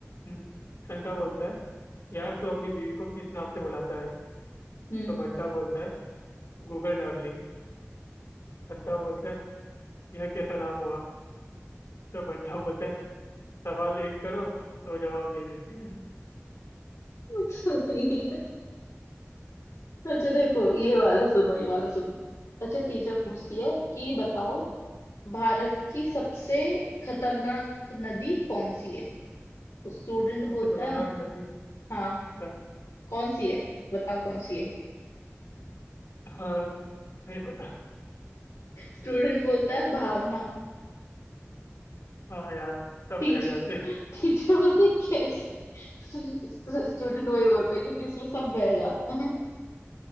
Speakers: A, on the left; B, on the left.
A: हम्म, संता बोलता है यार तू अपनी बीवी को किस नाम से बुलाता है
B: हम्म
A: तो बंटा बोलता है गूगल डार्लिंग बंटा बोलता है यह कैसा नाम हुआ तो बंटा बोलता है सवाल एक करो तो जवाब दे देती है
B: <laughs> सही है। अच्छा देखो ये वाला सुनो ये वाला सुनो अच्छा टीचर पूछती
A: हम्म,
B: है कि बताओ भारत की सबसे खतरनाक नदी कौन सी है तो स्टूडेंट
A: सबसे
B: बोलता
A: खतरनाक
B: है
A: नदी
B: हाँ
A: अच्छा
B: कौन सी है बताओ कौन सी है
A: हाँ नहीं पता
B: स्टूडेंट बोलता है भावना
A: हाँ यार सब
B: टीच
A: बह जाते हैं
B: टीचर बोलती है कैसे स्टूडेंट वही बोलता है क्योंकि इसमें सब बह जाते हैं